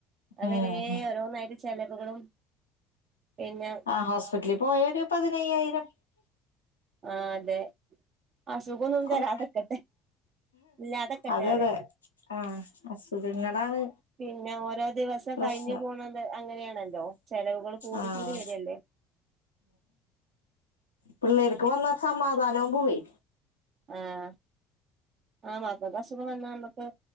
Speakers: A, on the right; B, on the left.
A: അവരെ
B: ഉം
A: ഓരോന്നായിട്ട ചെലവുകളും പിന്നെ
B: ആഹ് ഹോസ്പിറ്റലിൽ പോയ ഒരു പതിനയ്യായിരം
A: ആഹ് അതെ അസുഖൊന്നും
B: കൊടു
A: തരാ അതൊക്കട്ടെ ഇല്ലതെക്കട്ടെ
B: അതെ
A: അറെ
B: അതെ ആഹ് അസുഖങ്ങളാണ്
A: പിന്നെ ഓരോ ദിവസം
B: പ്രശ്നം
A: കഴിഞ്ഞു പോണം അങ്ങനെയാണല്ലോ ചെലവുകൾ കൂടി
B: ആഹ്
A: കൂടി വരല്ലേ
B: പിള്ളേർക്ക് വന്ന സമാധാനവും പോയി
A: ആഹ് ആഹ് മാക്കൾക്ക് അസുഖം വന്നാ നമുക്ക്